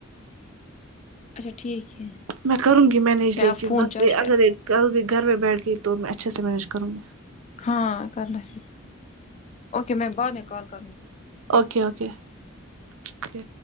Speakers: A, on the left; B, on the right.
A: اچھا ٹھیک ہے
B: میں کرونگی یہ مینیج
A: میں
B: لیکن
A: آپ فون
B: بس
A: چارج
B: یہ
A: پہ
B: اگر کل بھی گھر میں بیٹھ گئی تو میں اچھے سے مینیج کروں گی
A: ہاں کرنا پھر اوکے میں بعد میں کال کروں گی
B: اوکے اوکے اوکے